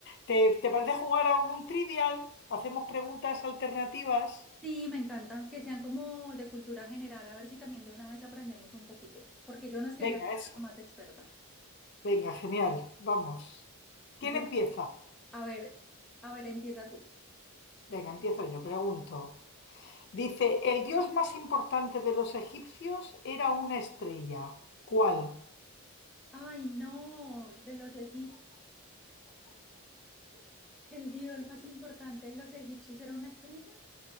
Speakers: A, on the left (about 50°); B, in the centre.
A: ¿Te, te parece jugar a un trivial? ¿Hacemos preguntas alternativas?
B: Sí, me encanta, que sean como de cultura general, a ver si también de una vez aprendemos un poquito, porque yo no es que
A: Venga,
B: sea
A: eso.
B: la más experta.
A: Venga, genial. Vamos. ¿Quién
B: Bu-
A: empieza?
B: a ver, a ver, empieza tú.
A: Venga, empiezo yo, pregunto. Dice, el dios más importante de los egipcios era una estrella. ¿Cuál?
B: Ay, no, de los egipcios, el dios más importante de los egipcios era una estrella.